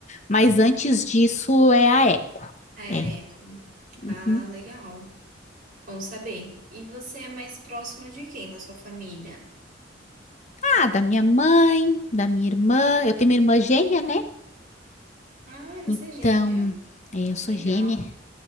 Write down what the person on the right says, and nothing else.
é
eco. Ah,
legal. Bom saber. E você é mais próxima de quem na sua família?
Ah, você
é gêmea.
Legal.